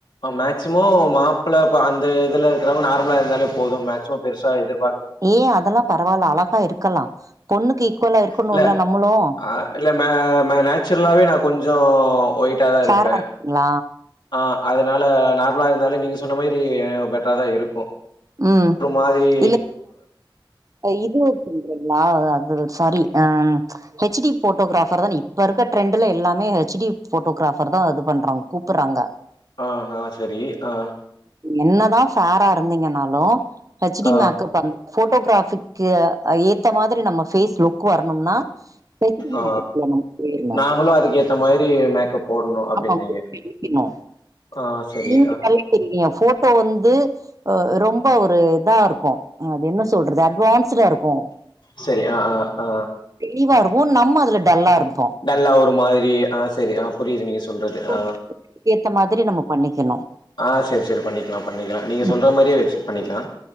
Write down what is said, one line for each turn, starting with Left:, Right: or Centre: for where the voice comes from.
Left: அ மேக்சிம மாப்பிள அந்த இதுல இருக்குறவங்க நார்மலா இருந்தாலே போது மேக்சிமம் பெருசா எதிர்
Right: ஏ அதெல்லா பரவால அழகா இருக்கலா பொண்ணுக்கு ஈக்குவலா இருக்குணுல
Left: இல்ல
Right: நம்முளு
Left: ஆ இல்ல மே மே நேச்சுரலாவே நா கொஞ்சோ ஒயிட்டா தா இருப்பே
Right: ஃபேரா இருக்குங்களா
Left: ஆ அதனால நார்மலா இருந்தாலே நீங்க சொன்ன மாரி பெட்ரா தா இருக்கு
Right: ம்
Left: ஒரு மாதிரி
Right: இல்ல இது ஒரு துன்றோங்ளா அது சாரி ஆ ஹெச் டி போட்டோகிராபர் தானே இப்ப இருக்க ட்ரெண்டுல எல்லாமே ஹெச் டி போட்டோகிராபர் தா இது பண்றாங் கூப்பறாங்க
Left: ஆஹா செரி அ
Right: என்னதா ஃபேரா இருந்தீங்கன்னாலு ஹெச் டி
Left: ஆ
Right: மேக்கப் வந்து போட்டோகிராப் க்கு ஏத்த மாதிரி நம்ம பேஸ் லுக் க்கு வரணும்னா ஸ்பெசிபிக்
Left: ஆ
Right: மேக்கப் போட்னு சொல்லிர்ங்க
Left: நாங்களும் அதுக்கேத்த மாரி மேக்கப் போடணும் அப்டின்றீங்க.
Right: ஆமா சி குளிச்டிங்ளா
Left: ஆ செரி
Right: கை தெரிறிங்க ஃபோட்டோ வந்து ரொம்ப ஒரு இதா இருக்கு அது என்ன சொல்றது அ வான்ஸ்டா இருக்கு
Left: செரி ஆ ஆ ஆ
Right: ங்கா இருக்கு நம்ம அது டல்லா இருப்
Left: நல்லா ஒரு மாதிரி ஆ செரி ஆ புரிதுங்க நீங்க சொல்றது.
Right: ஓகே
Left: ஆ
Right: ஏத்த மாதிரி நம்ம பண்ணிக்கணு
Left: ஆ செரி செரி பண்ணிக்கலா பண்ணிக்கலா நீங்க
Right: ம்.
Left: சொல்ற மாரியே வெச்சி பண்ணிக்லா